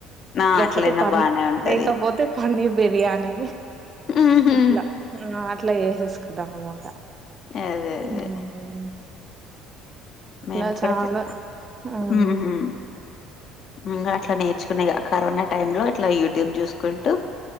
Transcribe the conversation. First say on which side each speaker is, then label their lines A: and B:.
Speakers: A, on the left (about 50°); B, on the right (about 30°).
A: ఆ
B: లేక్పోతే
A: అట్లయినా
B: పన్
A: బానే ఉంటది
B: లేకపోత్ అే పన్నీర్ బిర్యానీ
A: ఉహు
B: ఇట్లా అ అట్లా చేసేస్క్ దహుమూట
A: అదే అదే
B: ఊమ్మ్మ్
A: మేము
B: లా
A: కూడా
B: చాలా
A: చెప్తాం
B: అహ్హ్
A: ఉహు ఇంగా అట్లా నేర్చుకునిగ కరోనా టైమ్ లో అట్లా యూట్యూబ్ జూస్కుంటూ